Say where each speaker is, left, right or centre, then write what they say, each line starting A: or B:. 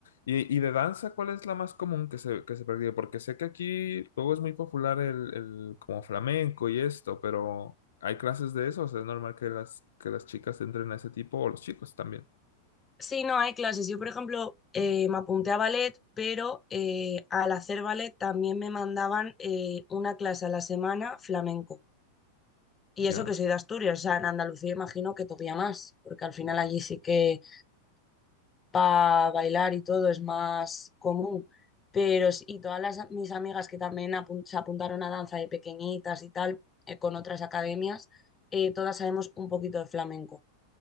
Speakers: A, on the left; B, on the left.
A: Y, y de danza, ¿cuál es la más común que se, que se practica? Porque sé que aquí luego es muy popular el, el como flamenco y esto, pero ¿hay clases de eso? O sea, ¿es normal que las, que las chicas entren a ese tipo o los chicos también?
B: Sí, no, hay clases. Yo, por ejemplo, eh, me apunté a ballet, pero eh, al hacer ballet también me mandaban eh, una clase a la semana flamenco. Y
A: Ya,
B: eso que soy de Asturias, o sea, en Andalucía imagino que todavía más, porque al final allí sí que para bailar y todo es más común. Pero, s- y todas las, mis amigas que también apun- se apuntaron a danza de pequeñitas y tal, eh, con otras academias, eh, todas sabemos un poquito de flamenco.